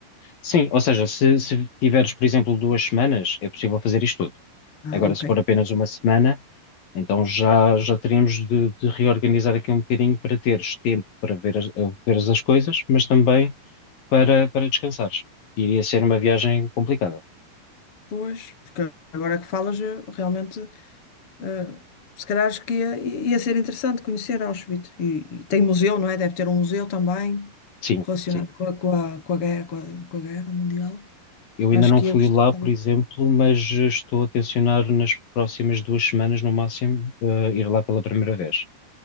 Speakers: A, on the left; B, on the left.
A: Sim, ou seja, se, se tiveres, por exemplo, duas semanas, é possível fazer isto tudo.
B: Ah,
A: Agora,
B: ok.
A: se for apenas uma semana, então já, já teríamos de, de reorganizar aqui um bocadinho para teres tempo para ver as, a- veres as coisas, mas também para, para descansares. Iria ser uma viagem complicada.
B: Pois, porque agora que falas, eu realmente. Eh, se calhar acho que ia, ia ser interessante conhecer Auschwitz. E, e tem museu, não é? Deve ter um museu também
A: Sim,
B: relacionado
A: sim.
B: com a, com a, com a guerra, com a, com a guerra mundial.
A: Eu ainda
B: Acho
A: não
B: que
A: fui
B: ia gostar.
A: lá, por exemplo, mas estou a tencionar nas próximas duas semanas, no máximo, eh, ir lá pela primeira vez.